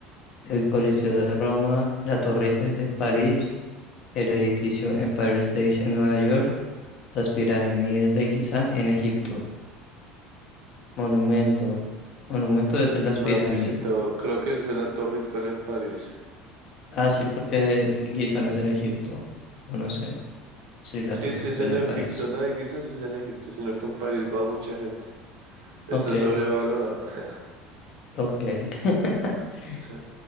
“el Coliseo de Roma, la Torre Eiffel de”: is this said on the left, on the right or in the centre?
Left